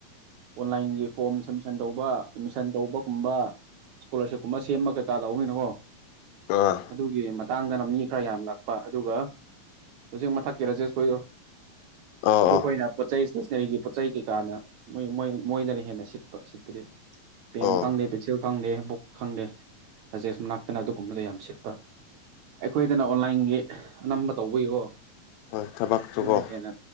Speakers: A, on the right; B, on the left.
A: ꯑꯣꯟꯂꯥꯏꯟꯒꯤ ꯐꯣꯔꯝ ꯁꯃꯤꯁꯟ ꯇꯧꯕ ꯑꯦꯃꯤꯁꯟ ꯇꯧꯕꯒꯨꯝꯕ ꯏꯁꯀꯣꯂꯥꯔꯁꯤꯞꯀꯨꯝꯕ ꯁꯦꯝꯕ ꯀꯩꯀꯥꯗꯎꯅꯤꯅꯀꯣ
B: ꯑꯥ
A: ꯑꯗꯨꯒꯤ ꯃꯇꯥꯡꯗꯅ ꯃꯤ ꯈꯔ ꯌꯥꯝ ꯂꯥꯛꯄ ꯑꯗꯨꯒ ꯍꯧꯖꯤꯛ ꯃꯊꯛꯀꯤ ꯔꯖꯦꯁꯈꯣꯏꯗꯣ
B: ꯑꯥ ꯑꯥ
A: ꯑꯗꯨꯈꯣꯏꯅ ꯄꯣꯠ ꯆꯩꯩ ꯏꯁꯇꯦꯁꯅꯔꯤꯒꯤ ꯄꯣꯠ ꯆꯩ ꯀꯩꯀꯥꯅ ꯃꯣꯏꯣꯏ ꯃꯣꯏꯗꯅ ꯍꯦꯟꯅ ꯁꯤꯠꯄ ꯁꯤꯠꯄꯗꯤ ꯄꯦꯟ
B: ꯑꯥ
A: ꯈꯪꯗꯦ ꯄꯤꯆꯜ ꯈꯪꯗꯦ ꯑꯗꯨꯕꯛ ꯈꯪꯂꯦ ꯔꯥꯖꯦꯁ ꯃꯅꯥꯛꯇꯅ ꯑꯗꯨꯒꯨꯝꯕꯗ ꯌꯥꯝ ꯁꯤꯠꯄ ꯑꯩꯈꯣꯏꯗꯅ ꯑꯣꯟꯂꯥꯏꯟꯒꯤ ꯑꯅꯝꯕ ꯇꯧꯕꯌꯀꯣ
B: ꯍꯣꯏ ꯊꯕꯛꯇꯨꯀꯣ
A: ꯑꯗꯨꯅ ꯍꯦꯟꯅ